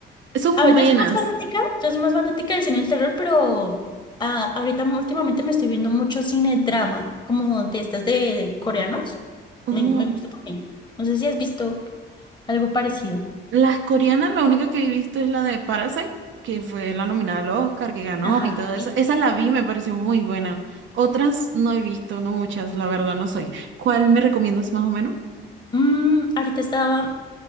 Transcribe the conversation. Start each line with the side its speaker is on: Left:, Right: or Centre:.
Right: Son
Left: A
Right: buenas.
Left: ver, yo soy más fanática, yo soy más fanática del cine del terror, pero ah, ahorita m- últimamente me estoy viendo mucho cine drama, como de estas de, de coreanos.
Right: Mm.
Left: Me, me gusta también. No sé si has visto algo parecido.
Right: Las coreanas, la única que he visto es la de Parasite, que fue la nominada al Oscar, que ganó
Left: Ajá,
Right: y todo eso.
Left: sí.
Right: Esa la vi, me pareció muy buena. Otras no he visto, no muchas, la verdad no soy. ¿Cuál me recomiendas más o menos?
Left: Mm, ahorita estaba,